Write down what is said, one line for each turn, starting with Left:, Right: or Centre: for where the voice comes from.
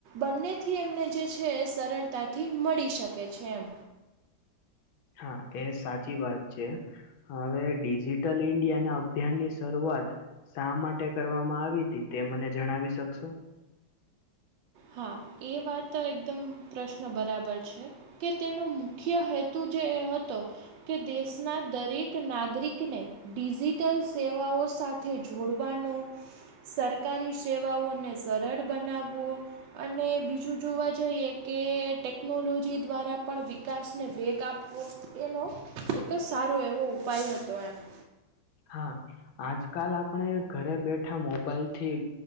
Right: બંનેથી એમને જે છે એ સરળતાથી મળી શકે છે એમ
Left: હા, એ સાચી વાત છે. હવે ડિઝિટલ ઈન્ડિયા ના અભિયાન ની શરૂઆત શા માટે કરવામાં આવી તી તે મને જણાવી શકશો?
Right: હા, એ વાત એકદમ પ્રશ્ન બરાબર છે. કે તેનો મુખ્ય હેતુ જે એ હતો કે દેશના દરેક નાગરિકને ડિઝિટલ સેવાઓ સાથે જોડવાનો સરકારી સેવાઓને સરળ બનાવવો. અને બીજું જોવા જઈએ કે ટેકનોલોજી દ્વારા પણ વિકાસને વેગ આપવો. એનો એક જ સારો એવો ઉપાય હતો એમ.
Left: હા, આજકાલ આપણે ઘરે બેઠા મોબાઈલ થી